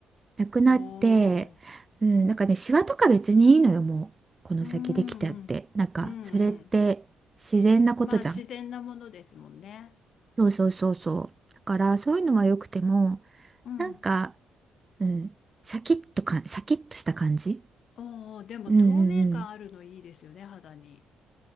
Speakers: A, on the right; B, on the left.
A: なくなって、
B: おお。
A: うん、
B: うん。
A: なんかね、シワとか別にいいのよ、もう、この先できたって。
B: うんうん。
A: なんか、
B: うんうん。
A: それって自然なことじゃん。
B: まあ自然なものですもんね。
A: そうそうそうそう。だから、そういうのは良くても、
B: うん。
A: なんか、うん、シャキッとか、シャキッとした感じ。
B: おお、でも透明感あるのいいですよね、
A: うんうん
B: 肌に。